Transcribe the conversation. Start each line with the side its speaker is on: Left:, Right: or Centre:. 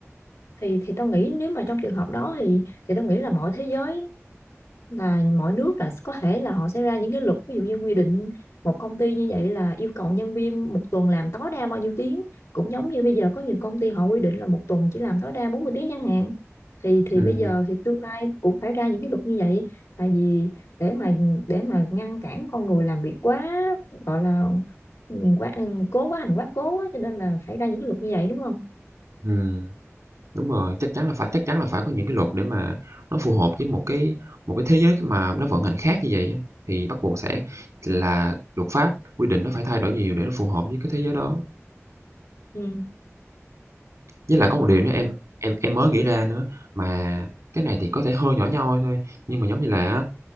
Left: thì thì tao nghĩ nếu mà trong trường hợp đó thì thì tao nghĩ là mọi thế giới là mỗi nước là có thể là họ sẽ ra những cái luật ví dụ như quy định một công ty như vậy là yêu cầu nhân viên một tuần làm tối đa bao nhiêu tiếng cũng giống như bây giờ có nhiều công ty họ quy định là một tuần chỉ làm tối đa 40 tiếng chẳng hạn thì thì
Right: Ừm,
Left: bây giờ thì tương lai cũng phải ra những cái luật như vậy tại vì để mà để mà ngăn cản con người làm việc quá gọi là ừ, quá ừ, cố quá hành quá cố quá cho nên là phải ra những cái luật như vậy đúng không
Right: ừm, đúng rồi, chắc chắn là phải chắc chắn là phải có những cái luật để mà nó phù hợp với một cái một cái thế giới mà nó vận hành khác như vậy á, thì bắt buộc sẽ là luật pháp, quy định nó phải thay đổi nhiều để nó phù hợp với cái thế giới đó.
Left: ừ
Right: Với lại có một
Left: rồi
Right: điều nữa em em em mới nghĩ ra nữa, mà cái này thì có thể hơi nhỏ nhoi thôi, nhưng mà giống như là á